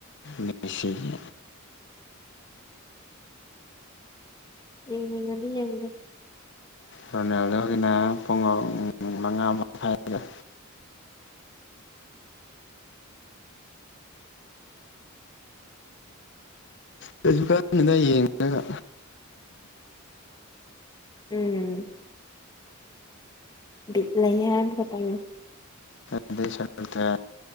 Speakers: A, on the left; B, on the left.
A: ꯃꯦꯁꯤꯒꯤ
B: ꯌꯦꯡꯅꯤꯡꯉꯗꯤ ꯌꯦꯡꯒꯦ
A: ꯔꯣꯅꯥꯟꯗꯣꯒꯤꯅ ꯄꯨꯡ ꯑꯍꯨꯝ ꯃꯉꯥ ꯃꯈꯥꯏꯗ ꯀꯩꯁꯨ ꯈꯟꯗꯦꯗ ꯌꯦꯡꯗ꯭ꯔꯦꯗ
B: ꯎꯝ ꯕꯤꯠ ꯂꯩꯌꯦ ꯍꯥꯏꯕ ꯈꯇꯪ
A: ꯑꯗꯨꯏ ꯁꯔꯨꯛꯇ